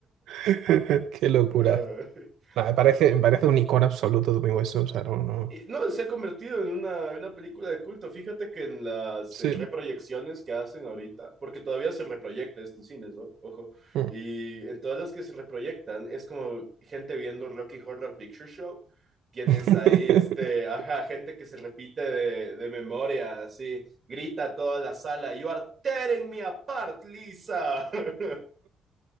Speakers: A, on the right; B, on the right.
A: <laughs> Qué locura.
B: <laughs>
A: Nah, me parece, me parece un icono absoluto de mi hueso, o sea, no, no.
B: Y, No, se ha convertido en una, una película de culto. Fíjate que en las
A: Sí.
B: eh, reproyecciones que hacen ahorita, porque todavía se reproyecta esto en cines, ¿no? Ojo.
A: Mm.
B: Y en todas las que se reproyectan, es como gente viendo Rocky Horror Picture Show. Tienes
A: <laughs>
B: ahí, este, ajá, gente que se repite de, de memoria, así, grita a toda la sala, You are tearing me apart, Lisa. <laughs>